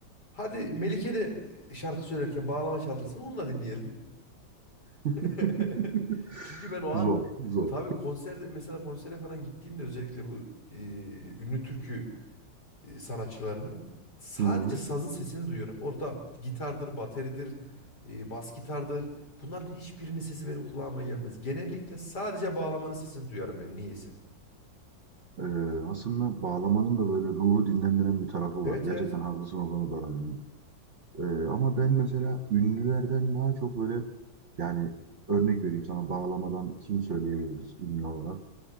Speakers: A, on the left; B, on the right.
A: Hadi Melike de şarkı söylerken bağlama çaldırsın onu da dinleyelim. <laughs>
B: <laughs>
A: Çünkü ben o an
B: Zor, zor.
A: tabii konserde mesela konsere falan gittiğimde özellikle bu e, ünlü türkü e, sanatçılarını sadece
B: Hı hı.
A: sazın sesini duyuyorum. Orada gitardır, bateridir, e, bas gitardır. Bunların hiçbirinin sesi benim kulağıma gelmez. Genellikle sadece bağlamanın sesini duyarım ben niyeyse.
B: Ee, aslında bağlamanın da böyle ruhu dinlendiren bir tarafı
A: Evet
B: var. Gerçekten
A: evet
B: haklısın o konuda. da Yani. Ee, ama ben mesela ünlülerden daha çok böyle yani örnek vereyim sana bağlamadan kim söyleyebiliriz ünlü olarak?